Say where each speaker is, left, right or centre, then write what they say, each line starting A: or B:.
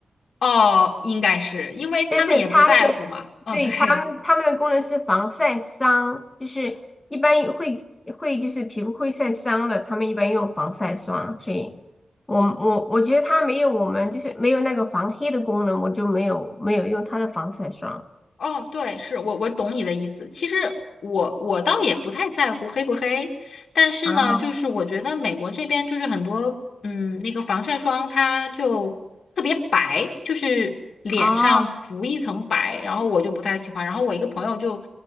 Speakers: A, on the left (about 75°); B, on the left (about 25°).
A: 哦，应该是因为他们也不在乎嘛。
B: 但是它是对它们它们的功能是防晒伤，
A: 哦，对。
B: 就是一般也会会就是皮肤会晒伤的，他们一般用防晒霜，所以我我我觉得它没有我们就是没有那个防黑的功能，我就没有没有用它的防晒霜
A: 哦，对，是我我懂你的意思。其实我我倒也不太在乎黑不黑，但是呢，
B: 啊
A: 就是我觉得美国这边就是很多嗯，那个防晒霜它就特别白，就是脸上浮一层白，
B: 哦
A: 然后我就不太喜欢。然后我一个朋友就